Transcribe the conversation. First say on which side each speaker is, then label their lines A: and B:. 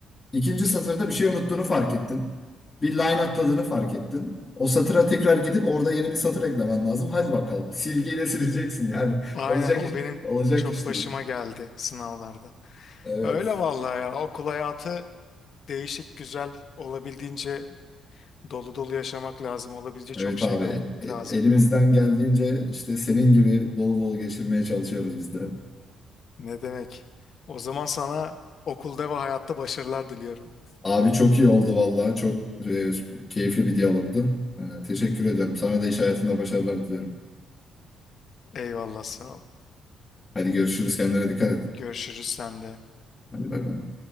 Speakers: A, on the left; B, on the left.
A: İkinci satırda bir şey unuttuğunu fark ettin. Bir line atladığını fark ettin. O satıra tekrar gidip orada yeni bir satır eklemen lazım. Hadi bakalım. Silgiyle sileceksin yani. <laughs>
B: Aynen
A: Olacak
B: o
A: iş,
B: benim
A: olacak
B: çok
A: iş
B: başıma
A: değil.
B: geldi sınavlarda.
A: Evet.
B: Öyle vallahi ya okul hayatı değişik güzel olabildiğince dolu dolu yaşamak lazım. Olabildiğince
A: Evet
B: çok şey
A: abi.
B: kat
A: E- e-
B: lazım.
A: elimizden
B: <laughs>
A: geldiğince işte senin gibi dolu dolu geçirmeye çalışıyoruz biz de.
B: Ne demek? O zaman sana okulda ve hayatta başarılar diliyorum.
A: Abi çok iyi oldu valla. Çok e, keyifli bir diyalogdu. E, teşekkür ediyorum. Sana da iş hayatında başarılar diliyorum.
B: Eyvallah sağ ol.
A: Hadi görüşürüz. Kendine dikkat et.
B: Görüşürüz sende.
A: Hadi bay bay.